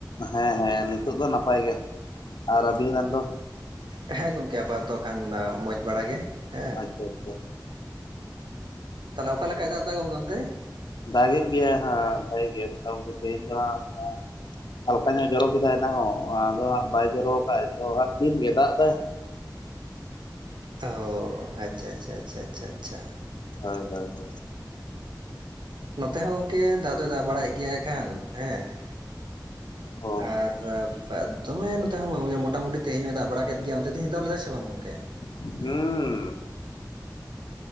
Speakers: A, on the left; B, on the right.
A: ᱦᱮᱸ ᱦᱮᱸ ᱱᱤᱛᱳᱜ ᱫᱚ ᱱᱟᱯᱟᱭ ᱜᱮ ᱾ ᱟᱨ ᱟᱵᱤᱱ ᱨᱮᱱ ᱫᱚ?
B: ᱦᱮᱸ ᱜᱚᱢᱠᱮ ᱟᱯᱟᱛᱚᱛᱚ ᱠᱷᱟᱱ ᱢᱚᱸᱡᱽ ᱵᱟᱲᱟ ᱜᱮ ᱾ ᱦᱮᱸ,
A: ᱟᱪᱪᱷᱟ ᱟᱪᱪᱷᱟ
B: ᱛᱟᱦᱚᱞᱮ ᱚᱠᱟ ᱞᱮᱠᱟᱭ ᱫᱟᱜ ᱮᱫᱟ ᱜᱚᱢᱠᱮ ᱚᱱᱛᱮ?
A: ᱫᱟᱜᱮᱜ ᱜᱮᱭᱟ ᱦᱟᱸᱜ ᱵᱷᱟᱜᱤ ᱜᱮ ᱢᱚᱴᱟᱢᱩᱴᱤ ᱛᱮᱦᱮᱧ ᱫᱚ ᱦᱟᱸᱜ ᱚᱱᱟ ᱦᱟᱞᱠᱟ ᱧᱚᱜ ᱡᱚᱨᱚ ᱠᱮᱫᱟᱭ ᱮᱱᱟᱝ ᱚᱸᱜ ᱟᱫᱚ ᱦᱟᱸᱜ ᱵᱟᱭ ᱡᱚᱨᱚ ᱠᱟᱜᱼᱟᱭ ᱛᱚ ᱦᱟᱸᱜ ᱫᱤᱱᱜᱮ ᱫᱟᱜ ᱫᱟᱭ ᱾
B: ᱚᱻ ᱟᱪᱪᱷᱟ ᱟᱪᱪᱷᱟ ᱟᱪᱪᱷᱟ ᱟᱪᱪᱷᱟ ᱟᱪᱪᱷᱟ ᱾
A: ᱦᱳᱭ ᱦᱳᱭ ᱦᱳᱭ ᱾
B: ᱱᱚᱛᱮ ᱦᱚᱸ ᱜᱚᱢᱠᱮ ᱫᱟᱜ ᱫᱚᱭ ᱫᱟᱜ ᱵᱟᱲᱟᱭᱮᱫ ᱜᱮᱭᱟᱭ ᱠᱷᱟᱱ ᱦᱮᱸ ᱾
A: ᱚ
B: ᱟᱨ ᱫᱚᱢᱮ ᱱᱚᱛᱮ ᱦᱚᱸ <unintelligible> ᱢᱚᱴᱟᱢᱩᱴᱤ ᱛᱮᱦᱮᱧ ᱦᱚᱭ ᱫᱟᱜ ᱵᱟᱲᱟ ᱠᱮᱫ ᱜᱮᱭᱟ ᱚᱱᱛᱮ ᱛᱮᱦᱮᱸᱧᱮ ᱫᱟᱜ ᱞᱮᱫᱟ ᱥᱮ ᱵᱟᱝ ᱜᱚᱢᱠᱮ?
A: ᱦᱩᱸᱻ ᱾